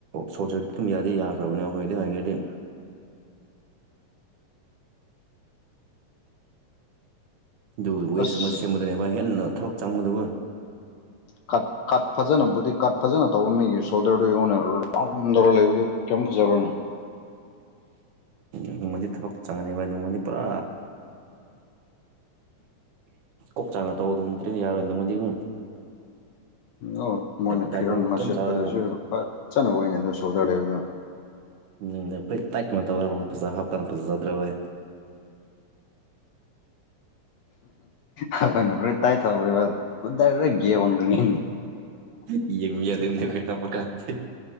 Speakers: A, on the right; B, on the left.
A: ꯁꯣꯜꯖꯔꯗꯤ ꯑꯗꯨꯝ ꯌꯥꯗꯤ ꯌꯥꯈ꯭ꯔꯕꯅꯦ ꯑꯩꯈꯣꯏꯗꯤ ꯍꯥꯏꯒꯔꯗꯤ ꯑꯗꯨ ꯋꯦꯁꯀꯨꯝꯕ
B: ꯑꯁ
A: ꯁꯦꯝꯕꯗꯣꯏꯅꯦꯕ ꯍꯦꯟꯅ ꯊꯕꯛ ꯆꯪꯕꯗꯕ
B: ꯀꯠ ꯀꯠ ꯐꯖꯅꯕꯨꯗꯤ ꯀꯠ ꯐꯖꯅ ꯇꯧꯕ ꯃꯤꯒꯤ ꯁꯣꯜꯗꯔꯗꯨꯣ ꯑꯩꯉꯣꯟꯗ ꯔꯥꯎꯟꯗꯧꯔ ꯂꯩꯕꯗꯨ ꯀꯔꯤꯝ ꯐꯖꯕ꯭ꯔꯅꯣ
A: ꯑꯗꯨꯃꯗꯤ ꯊꯕꯛ ꯆꯪꯒꯅꯦꯕ ꯑꯗꯨꯃꯗꯤ ꯄꯨꯔꯥ ꯀꯣꯛꯆꯥꯡꯅ ꯇꯧꯕ ꯑꯗꯨꯝ ꯇ꯭ꯔꯦꯅ ꯌꯥꯔꯣꯏꯗꯃꯕꯨ
B: ꯑꯣ ꯃꯣꯏꯅ
A: ꯗꯥꯏꯠꯀꯨꯝꯕ
B: ꯐꯤꯔꯣꯣꯟ
A: ꯐꯖꯅ
B: ꯃꯆꯦꯠꯄꯗꯁꯨ
A: ꯆꯥꯔꯒ
B: ꯐꯖꯅꯕ ꯑꯣꯏꯅ ꯑꯣꯏꯅ ꯑꯗꯨꯣ ꯁꯣꯗꯔ ꯂꯩꯕꯗꯣ
A: ꯅꯪ ꯐꯩ ꯇꯥꯏꯠ ꯀꯩꯅꯣ ꯇꯧꯒꯦ ꯐꯖ ꯍꯥꯞꯀꯥꯟꯅ ꯐꯖꯗ꯭ꯔꯕꯏ <unintelligible>
B: ꯑꯩꯈꯣꯏꯅ ꯐꯔꯤ ꯇꯥꯏꯊꯕ ꯎꯗꯔ꯭ꯔꯒꯦ ꯑꯣꯟꯔꯤꯅꯤ
A: ꯌꯦꯡꯕ ꯌꯥꯗꯦ ꯅꯈꯣꯏ ꯅꯞꯄ ꯀꯥꯟꯗꯤ